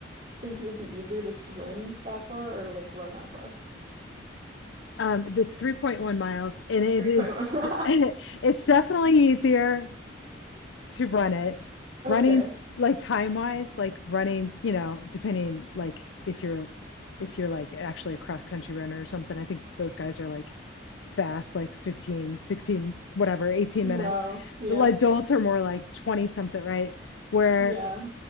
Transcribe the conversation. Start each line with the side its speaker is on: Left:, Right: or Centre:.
Right: think it would be easier to swim that far or like run that far?
Left: Um, it's 3.1 miles, and it
Right: 3.1.
Left: is, <laughs> it's definitely easier. to run it.
Right: <laughs> okay.
Left: Running like time wise, like running, you know, depending like if you're if you're like actually a cross country runner or something, I think those guys are like fast, like 15, 16, whatever, 18
Right: Wow.
Left: minutes.
Right: Yeah.
Left: But like adults are more like 20 something, right? Where
Right: Yeah.